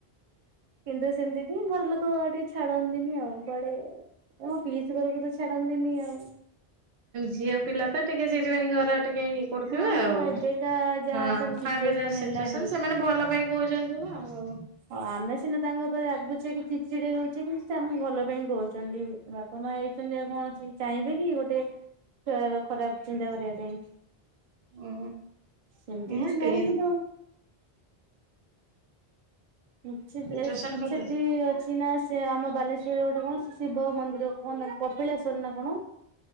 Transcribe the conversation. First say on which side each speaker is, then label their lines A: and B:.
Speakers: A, on the right; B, on the right.
A: କିନ୍ତୁ ସେମିତି କି ଘର ଲୋକ ଟିକେ ଛାଡ଼ନ୍ତିନି ଆଉ। କଆଡେମୋ ପିସ୍ ଘରକୁ ତ ଛାଡନ୍ତିନି ଆଉ।
B: ଝିଅ ପିଲା ତ ଟିକେ ସେଇଥିପାଇଁ ଘର ଟିକେ ଇଏ କରୁଥିବେ
A: ହଁ
B: ଆଉ
A: ହଁ ଏବେକା ଯାହା
B: ହଁ
A: ସବୁ ସିଚୁଏସନ
B: ଏବେଯୋଉ ସିଚୁଆସଂନ
A: ହେଲାଣି
B: ସେମାନେ ଭଲ ପାଇଁ କହୁଛନ୍ତି। <unintelligible> ଆଉ।
A: ହଁ ଆମେ ସିନା ତାଙ୍କ ଉପରେ ରାଗୁଛେ କି ଚିଚିଡେ ହଉଛେ କିନ୍ତ ସେ ଆମେ ଭଲ ପାଇଁ କହୁଛନ୍ତି ବା ପ ମା ହେଇଛନ୍ତି ଆଉ କଣ ଅଛି ଚାହିଁବେ କି ଗୋଟେ ଖରାପ ଚିନ୍ତା କରିବା ପାଇଁ।
B: ହୁଁ
A: ସେମିତି
B: ନିହାତି
A: କିଛି ନାହିଁ କିନ୍ତୁ କିଛି
B: ସିଚୁଏସନ
A: ଯେ
B: କରିଦେ
A: ସେଠି ଅଛି ନା ସେ ଆମ ବାଲେଶ୍ଵରରେ ଗୋଟେ କଣ ଶିବ ମନ୍ଦିର କଣ ନା କପିଳେଶ୍ଵର ନା କଣ।